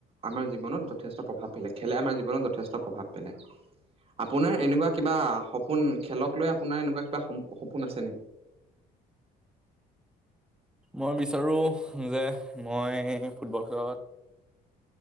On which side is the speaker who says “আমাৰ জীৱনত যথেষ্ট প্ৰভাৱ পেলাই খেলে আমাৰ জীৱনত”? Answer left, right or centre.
Right